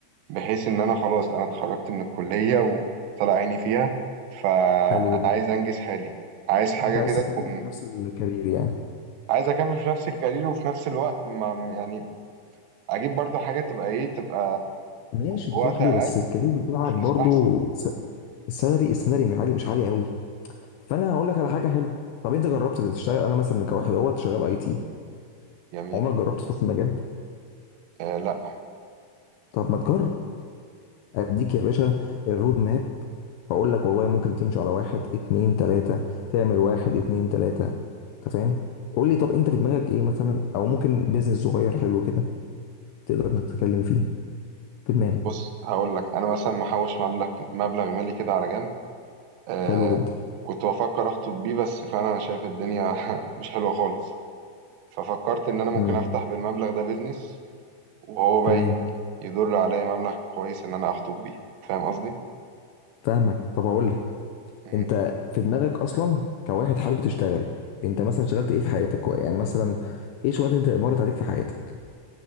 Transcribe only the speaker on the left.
حلو جدا
انت عايز
تكمل
في نفس الكارير يعني
ماشي
يا صاحبي
بس الكارير بتاعك
برضو
س- السالري السالري مش عالي مش عالي قوي فانا هقول لك على حاجه حلوه طب انت جربت تشتغل انا مثلا كواحد اهوت شغال اي تي
عمرك جربت تخش المجال
طب ما تجرب اديك يا باشا الرود ماب هقول لك والله ممكن تمشي على واحد اتنين تلاته تعمل واحد اتنين تلاته انت فاهم قول لي طب انت في دماغك ايه مثلا او ممكن بيزنس صغير حلو كده تقدر انك تتكلم فيه في دماغك
حلو جدا
امم
تمام
فاهمك طب هقول لك
انت في دماغك اصلا كواحد حابب تشتغل انت مثلا اشتغلت ايه في حياتك يعني مثلا ايه شغلات انت مرت عليك في حياتك